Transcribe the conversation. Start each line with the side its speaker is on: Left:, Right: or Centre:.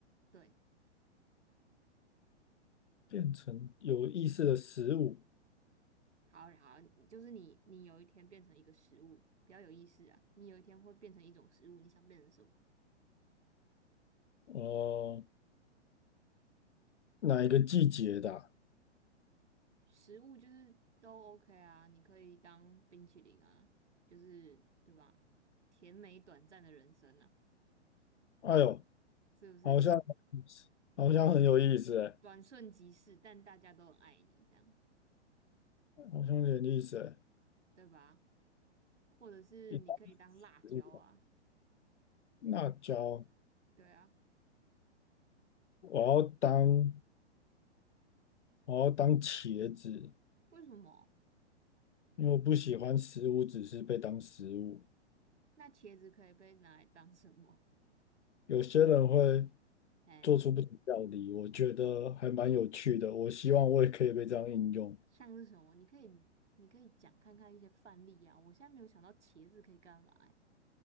Right: 对，
Left: 变成有意识的食物。
Right: 好好，就是你你有一天变成一个食物，比较有意思啊。你有一天会变成一种食物，你想变成什么？
Left: 哦，哪一个季节的啊
Right: 食物就是都 OK 啊，你可以当冰淇淋啊，就是对吧？甜美短暂的人生啊，
Left: 哎呦，
Right: 是不是？
Left: 好像好像很有意思哎，
Right: 转瞬即逝，但大家都很爱你，这样
Left: 好像有点意思哎。
Right: 对吧？或者是你可以当辣椒啊，
Left: 一大植物辣椒，
Right: 对啊，
Left: 我要当我要当茄子，
Right: 为什么？
Left: 因为我不喜欢食物只是被当食物。
Right: 那茄子可以被拿来当什么？
Left: 有些人会
Right: 哎，
Left: 做出不同料理，我觉得还蛮有趣的。我希望我也可以被这样应用。
Right: 像是什么？你可以，你可以讲看看一些范例啊。我现在没有想到茄子可以干嘛、欸